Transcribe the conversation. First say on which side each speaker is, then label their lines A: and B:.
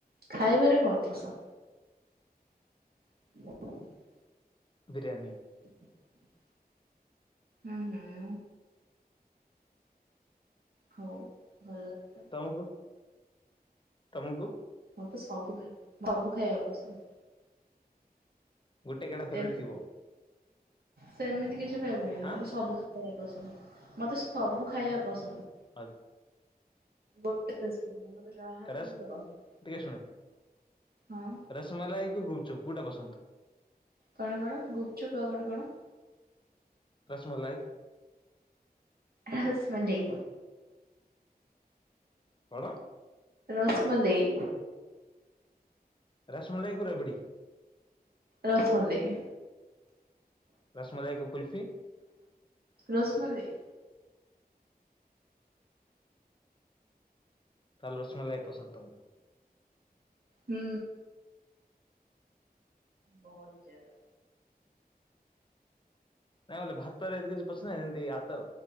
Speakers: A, on the right; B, on the left.
A: ଖାଇବାରେ କଣ ପସନ୍ଦ? <inaudible>
B: ବିରିୟାନୀ।
A: <inaudible> ହୁଁ ହୁଁ। ହଉ ଭଲ କଥା।
B: ତମୁକୁ। ତମୁକୁ।
A: ମତେ ସବୁ ଖାଇବା ସବୁ ଖାଇବା ପସନ୍ଦ।
B: ଗୋଟେ କେଡା ଫେବେରେଟ
A: ଏମତି
B: ଥିବ।
A: ସେମିତି କିଛି ଫେଭରେଟ୍
B: ହଁ
A: ନୁଅ ମତେ ସବୁ ଖା ଖାଇବା ପସନ୍ଦ୍ ମତେ ସବୁ ଖାଇବା ପସନ୍ଦ।
B: ଆ
A: ଗୋଟେ ସ୍ପେଶିଫିକ ନୁହେଁ ମତେ ଯାହା ଦେଲେ
B: ରସ
A: ମତେ ପସନ୍ଦ
B: ଟିକେ ଶୁଣେ
A: ହଁ।
B: ରସମଲାଇ କି ଗୁପଚୁପ କଉଟା ପସନ୍ଦ?
A: କଣ କଣ ଗୁପଚୁପ୍ ଆଉ ଗୋଟେ କଣ?
B: କସ ମଲାଇ।
A: ହ ରସମଲେଇ।
B: କଣ?
A: ରସ୍ମମଲେଇ।
B: ରସମଲେଇକୁ ରାବିଡି।
A: ରସମଲେଇ।
B: ରସମଲେଇକୁକୁଲୁଫି।
A: ରସମଲେଇ।
B: ତାହେଲେ ରସମଲେଇପସନ୍ଦ ତମକୁ।
A: ହୁଁ। ବହୁତ ଜାଗା।
B: ନାଇଁ ବଲେ ଭାତ ଯେମିତି ପସନ୍ଦ ସେମିତି ଆତ